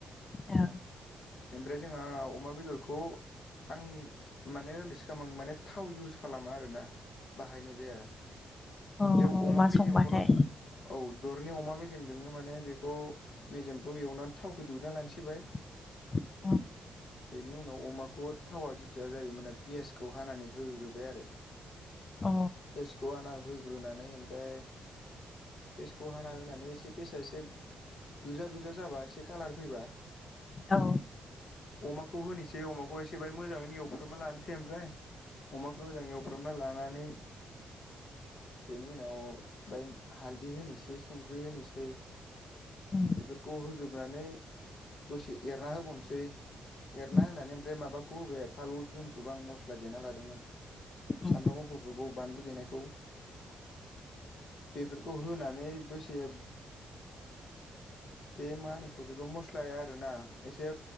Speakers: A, on the left (about 40°); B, on the left (about 60°).
A: औ।
B: ओमफ्राय जोंहा अमा बेदरखौ आंनि मा ने ओनदैस खामां माने थाव इउस खालामा आरोना बाहायनाय जाया।
A: औ
B: बेआव अमा मेजेमखौनो
A: संबाथाय
B: औ दरनै अमा मेजेमजोंनो माने बेखौ मेजेमखौ एवनानै थावखौ दिहुनना लाग्रोबाय बाय।
A: <inaudible>
B: बेनि उनाव अमाखौ थावा जिथिया जायो माने पियासखौ हानानै होग्रोबाय आरो।
A: अ।
B: पियासखौ हाना होग्रोनानै ओमफ्राय पेसखौ हाना होनानै एसे पेसआ एसे गोजा गोजा जाबा एसे कालार फैबा
A: औ।
B: अमाखौ होनोसै अमाखौ एसे बाहाय मोजाङैनो एवफ्रामना लानोसै ओमफ्राय अमाखौ मोजाङै एवफ्रामना लानानै बेनि उनाव दायो हालदै होनिसै संख्रै होनिसै
A: उम
B: बेफोरखौ होजोबनानै दसे एरना होबावनोसै। एरना
A: उम
B: होनानै ओमफ्राय माबाखौ होबाय फालौ जुन्थुबा आं मस्ला देना लादोंमोन।
A: उम
B: सामब्राम गुफुरखौ बानलु देनायखौ। बेफोरखौ होनानै दसे
A: <inaudible>
B: बे माहोनो इखौ बेखौ मस्लाया आरोना एसे